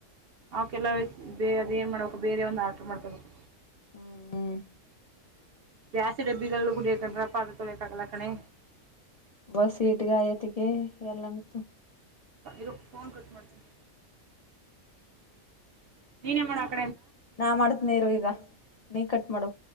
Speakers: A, on the right (about 60°); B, on the left (about 70°).
A: ಅವ ಕೆಲ್ಲಯ ಬೇ ಅದೇನು ಮಾಡ್ಬೇಕು ಬೇರೆ ಒಂದು ಆರ್ರು ಮಾಡ್ಕೊಬೇಕು
B: ಹ್ಮ್ ಹ್ಮ್
A: ದ್ಯಾಸಿ ಡಬ್ಬಗಳ ಕುಡಿಯಕೊಂಡ್ರ ಪಾದ ತೊಲೆಕಾಗಲ ಕಣೆ
B: ಬಸ ಇಟ್ಗಾಯತಿಗೆ ಎಲ್ಲಂತು
A: ಇರೋ ಫೋನ್ ಕಟ್ ಮಾಡ್ತೀನಿ ನೀನೇ ಮಾಡ
B: ನಾ ಮಾಡತ್ ನೀರು ಈಗ ನೀ ಕಟ್ ಮಾಡು